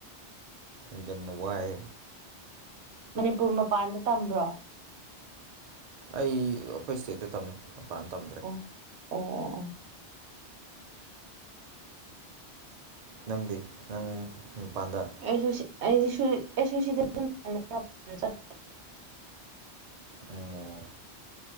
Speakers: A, on the right (about 55°); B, on the right (about 75°).
A: ꯏꯟꯖꯟꯅ ꯋꯥꯏ
B: ꯃꯅꯤꯄꯨꯔ ꯃꯄꯥꯟꯗ ꯇꯝꯕ꯭ꯔꯣ
A: ꯑꯩ ꯑꯩꯈꯣꯏ ꯁ꯭ꯇꯦꯠꯇ ꯇꯝꯃꯦ ꯃꯄꯥꯟ ꯇꯝꯗ꯭ꯔꯦ
B: ꯑꯣ ꯑꯣ ꯑꯣ ꯑꯣ
A: ꯅꯪꯗꯤ ꯅꯪ ꯃꯄꯥꯟꯗ
B: ꯑꯩꯁꯨ ꯁꯤ ꯑꯩꯁꯨ ꯁꯤ ꯑꯩꯁꯨ ꯁꯤꯗ ꯗꯨꯝ ꯇꯝꯃ‌ꯦ ꯃꯄꯥꯟ ꯆꯠꯇ‌ꯦ <unintelligible>
A: ꯑꯣ